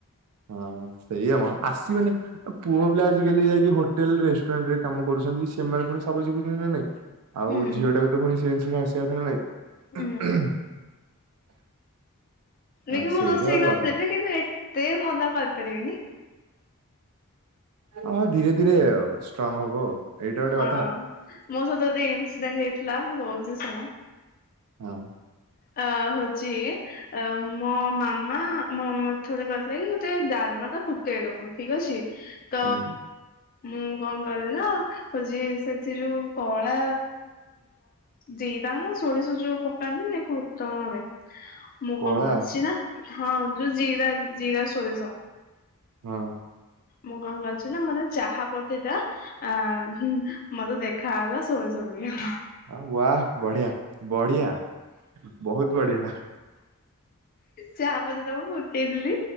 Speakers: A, on the right; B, on the left.
A: ହଁ ସେଇଆ ମ ଆସିବନି ଆ ପୁଅ ପିଲା ଆଜିକାଲି ଯାଇକି ହୋଟେଲ ରେଷ୍ଟୁରାଣ୍ଟ ରେ କାମ କରୁଛନ୍ତି ସେମାନେ ସବୁ ଶିଖୁଛନ୍ତି ନା ନାଇଁ। ଆଉ
B: ହୁଁ
A: ଝିଅ ଟାକୁ ତ ପୁଣି ସେ ଜିନିଷ ଆସିବା କଥା ନାଇଁ।
B: ହୁଁ
A: ହଁ
B: କି ମୁଁ
A: ସେଇଟା
B: ରୋଷେଇ
A: ଗୋଟେ
B: କରିଦେବି
A: କଥା
B: କିନ୍ତୁ ଏତେ ଭଲ କରିପାରିବିନି।
A: ହ ହଁ ଧୀରେ ଧୀରେ ଆଉ ଷ୍ଟ୍ରଙ୍ଗ ହବ ଆଉ। ଏଇଟା ଗୋଟେ
B: ହଁ
A: କଥା
B: ମୋ ସହିତ ଇନସିଡେଣ୍ଟ ହେଇଥିଲା ମୁଁ କହୁଛି ଶୁଣ।
A: ହଁ।
B: ଅ ହଉଛି ଅ ମୋ ମାମା ମୋ ମାମା ଥରେ କହିଥିଲା କି ସେତେ ଡାଲମା ଟା ଫୁଟେଇଦବ। ଠିକ ଅଛି। ତ
A: ହୁଁ।
B: ମୁଁ କଣ କଲି ନା ହଉଛି ସେଠି ଯୋଉ କଳା ଜିରା ନା ସୋରିଷ ଯୋଉ ପକାନ୍ତିନି ଫୁ ଟଣରେ। ମୁଁ
A: କଳା
B: କଣ କରିଛି ନା ହଁ ଯୋଉ ଜିରା ଜିରା ସୋରିଷ।
A: ହଁ।
B: ମୁଁ କଣ କରିଛି ନା ମତେ ଚାହା ପତି ଟା ଆ ହୁଁ ହୁଁ। ମତେ ଦେଖାଗଲା ସୋରିଷ ପରିକା।
A: ଆ ୱା ବଢିଆ ବଢିଆ ବହୁତ ବଢିଆ।
B: ଚାହା ପତି ତକ ଫୁଟେଇଦେଲି